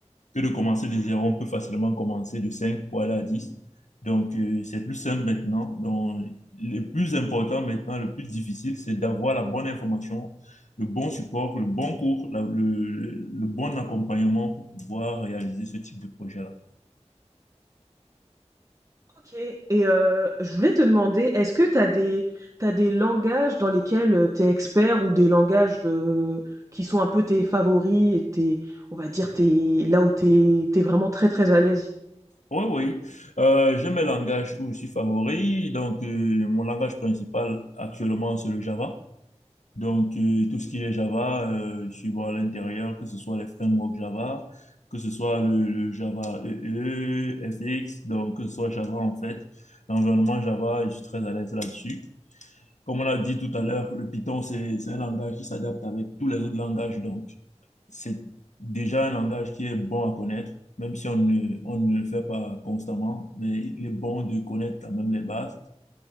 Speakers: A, on the left (about 90°); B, on the right (about 25°).
A: que de commencer de zéro. On peut facilement commencer de 5 pour aller à 10 Donc, euh, c'est plus simple maintenant. Donc, le plus important maintenant, le plus difficile, c'est d'avoir la bonne information, le bon support, le bon cours, la- le, le- le bon accompagnement pour pouvoir réaliser ce type de projet-là.
B: Ok, et euh, je voulais te demander, est-ce que tu as des, t'as des langages dans lesquels tu es expert ou des langages euh, qui sont un peu tes favoris et tes, on va dire, tes, là où tu es, vraiment très très à l'aise?
A: Oui, oui. Euh, j'aime le langage où je suis favori. Donc, euh, mon langage principal actuellement, c'est le Java. Donc, euh, tout ce qui est Java, euh, je suis bon à l'intérieur, que ce soit les frameworks Java, que ce soit le, le Java EE, FX, donc que ce soit Java en fait. L'environnement Java, je suis très à l'aise là-dessus. Comme on a dit tout à l'heure, le Python, c'est c'est un langage qui s'adapte avec tous les autres langages. Donc, c'est déjà un langage qui est bon à connaître, même si on ne, on ne le fait pas constamment, mais il est bon de connaître quand même les bases.